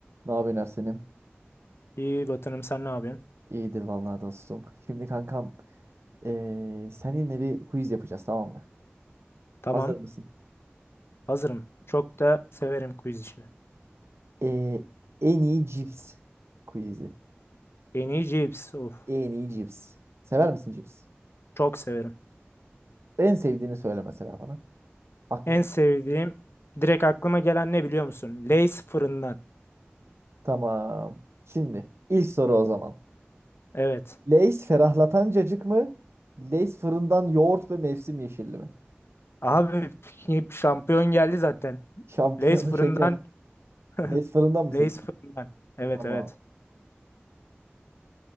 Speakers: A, on the right; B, on the left.
A: Ne yapıyorsun Ersen'im?
B: İyi Batı'nım sen ne yapıyorsun?
A: İyidir vallahi dostum. Şimdi kankam eee seninle bir quiz yapacağız tamam mı?
B: Tamam.
A: Hazır mısın?
B: Hazırım. Çok da severim quiz işini.
A: Eee, en iyi cips quizi.
B: En iyi cips. Of.
A: En iyi cips. Sever misin cips?
B: Çok severim.
A: En sevdiğini söyle mesela bana. Aklıma.
B: En sevdiğim direkt aklıma gelen ne biliyor musun? Lay's fırından.
A: Tamam. Şimdi ilk soru o zaman.
B: Evet.
A: Lay's ferahlatan cacık mı? Lay's fırından yoğurt ve mevsim yeşilli mi?
B: Abi <laughs> şampiyon geldi zaten.
A: <laughs> Şampiyonu
B: Lay's fırından.
A: şeker.
B: <laughs>
A: Lay's fırından mı
B: Lay's
A: seçiyorsun?
B: fırından. Evet
A: Tamam.
B: evet.